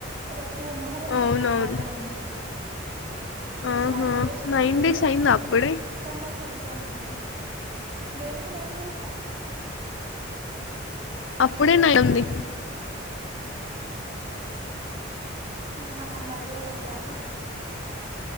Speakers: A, on the right; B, on the left.
A: రేపు మొహరం కదరా
B: అవునవును
A: హాలిడే ఉంది ఇగా
B: ఆహా
A: సాటర్డే స్కూల్
B: నైన్
A: ఉంది
B: డేస్ అయిందా అప్పుడే
A: కాని నాకు ఎగ్జామ్ ఉంది దేనికి నైన్ డేస్
B: అప్పుడే నైన్ ఉంది
A: నాక్ అంత ఐడియా లేదరా అది